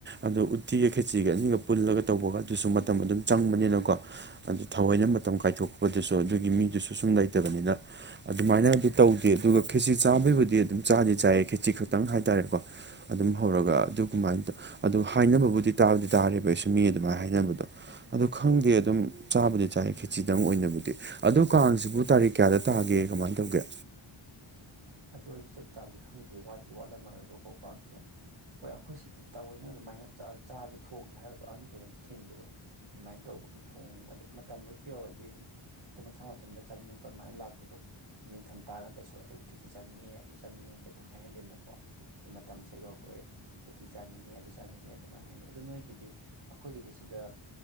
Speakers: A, on the right; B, on the right.
A: ꯑꯗꯣ ꯎꯠꯇꯤꯒ ꯈꯦꯆꯤꯒ ꯑꯅꯤꯒ ꯄꯨꯜꯂꯒ ꯇꯧꯕꯒ ꯑꯗꯨꯁꯨ ꯃꯇꯝ ꯑꯗꯨꯝ ꯆꯪꯕꯅꯤꯅꯀꯣ ꯑꯗꯨꯗ ꯊꯑꯣꯏꯅ ꯃꯇꯝ ꯀꯥꯏꯊꯣꯛꯄꯗꯨꯁꯨ ꯑꯗꯨꯒꯤ ꯃꯤꯗꯨꯁꯨ ꯁꯨꯝ ꯂꯩꯇꯕꯅꯤꯅ ꯑꯗꯨꯃꯥꯏꯅꯗꯤ ꯇꯧꯗꯦ ꯑꯗꯨꯒ ꯈꯦꯆꯤ ꯆꯥꯕꯩꯕꯨꯗꯤ ꯑꯗꯨꯝ ꯆꯥꯗꯤ ꯆꯥꯏꯌꯦ ꯈꯦꯆꯤ ꯈꯛꯇꯪ ꯍꯥꯏꯇꯥꯔꯦꯀꯣ ꯑꯗꯨꯝ ꯍꯧꯔꯒ ꯑꯗꯨꯃꯥꯏꯅ ꯇꯧ ꯑꯗꯨ ꯍꯥꯏꯅꯕꯕꯨꯗꯤ ꯇꯥꯕꯨꯗꯤ ꯇꯥꯔꯦꯕ ꯑꯩꯁꯨ ꯃꯤ ꯑꯗꯨꯃꯥꯏꯅ ꯍꯥꯏꯅꯕꯗꯣ ꯑꯗꯨꯗꯣ ꯈꯪꯗꯦ ꯑꯗꯨꯝ ꯆꯥꯕꯨꯗꯤ ꯆꯥꯏꯌꯦ ꯈꯦꯆꯤꯗꯪ ꯑꯣꯏꯅꯕꯨꯗꯤ ꯑꯗꯨꯗ ꯀꯥꯡꯁꯤꯕꯨ ꯇꯥꯔꯤꯛ ꯀꯌꯥꯗ ꯇꯥꯒꯦ ꯀꯃꯥꯏꯅ ꯇꯧꯒꯦ
B: ꯑꯗꯨ ꯑꯩꯁꯨ ꯆꯞ ꯆꯥꯕꯗꯤ ꯈꯪꯗꯦ ꯋꯥꯠꯇꯦ ꯋꯥꯠꯂꯝꯃꯔꯣꯏꯕꯀꯣ ꯀꯥꯡꯁꯦ ꯍꯣꯏ ꯑꯩꯈꯣꯏ ꯁꯤꯗꯗꯤ ꯇꯥꯑꯣꯏꯅ ꯑꯗꯨꯃꯥꯏꯅ ꯆꯥꯒꯦ ꯊꯣꯡꯒꯦ ꯍꯥꯏꯔꯁꯨ ꯑꯍꯟꯈꯩ ꯑꯗꯨꯝ ꯊꯤꯡꯕꯗꯣ ꯑꯗꯨꯃꯥꯏꯅ ꯇꯧꯕꯒꯤ ꯊꯣꯡꯕ ꯃꯇꯝ ꯍꯩ ꯌꯧꯔꯗꯤ ꯑꯗꯨꯝꯇꯪ ꯃꯁꯥ ꯃꯇꯝꯗ ꯆꯥꯅꯤꯡꯉꯛꯄ ꯑꯗꯨꯃꯥꯏꯅ ꯂꯥꯛꯄ ꯗꯣ ꯅꯤꯡꯊꯝ ꯊꯥꯒ ꯀꯩꯁꯨ ꯑꯩ ꯈꯦꯁꯤ ꯆꯥꯅꯤꯡꯉꯦ ꯑꯗꯨ ꯆꯥꯅꯤꯡꯉꯦ ꯀꯩꯁꯨ ꯍꯥꯏꯅꯗꯦꯅꯀꯣ ꯃꯇꯝꯁꯦ ꯌꯧꯔꯛꯄꯑꯦ ꯈꯦꯁꯤꯤ ꯆꯥꯅꯤꯡꯉꯦ ꯑꯗꯨ ꯆꯥꯅꯤꯡꯉꯦ ꯑꯗꯨꯃꯥꯏꯅ ꯍꯥꯏꯅꯩ ꯑꯗꯨꯗꯣ ꯅꯣꯏꯒꯤꯗꯤ ꯑꯩꯈꯣꯏꯒꯤꯗꯤ ꯁꯤꯗ